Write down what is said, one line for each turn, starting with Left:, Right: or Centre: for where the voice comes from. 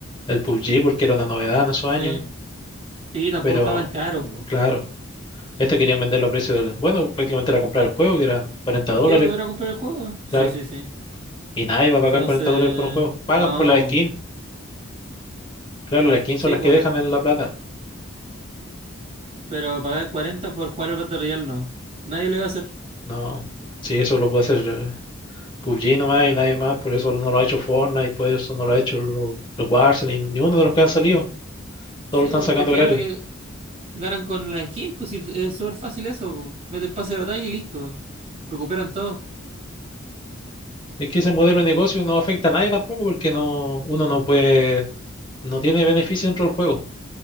Left: el PUBG porque era una novedad en esos
Right: Sí.
Left: años.
Right: Sí, tampoco
Left: Pero
Right: estaba tan caro, po.
Left: claro, este querían venderlo a precio de... Bueno, prácticamente era comprar el juego, que eran cuarenta dólares,
Right: Sí, po, era comprar el juego. Sí,
Left: claro.
Right: sí, sí.
Left: Y nadie va a pagar
Right: Entonces,
Left: 40 dólares por un juego. Pagan
Right: no,
Left: por la skin.
Right: po.
Left: Claro, las skins
Right: Sí,
Left: son las
Right: po.
Left: que dejan en la plata.
Right: Pero pagar 40 por jugar al Battle Royale, no. Nadie lo iba a hacer.
Left: No, sí, eso lo puede hacer eh, PUBG nomás y nadie más. Por eso no lo ha hecho Fortnite, por eso no lo ha hecho los Warzone, ni, ni uno de los que han salido.
Right: Sí,
Left: Todos lo están
Right: po, porque
Left: sacando
Right: al final
Left: gratis.
Right: lo que ganan con la skin, pues sí, es súper fácil eso, po. Meten pase de batalla y listo. Recuperan todo.
Left: Es que ese modelo de negocio no afecta a nadie tampoco porque no, uno no puede, no tiene beneficio dentro del juego.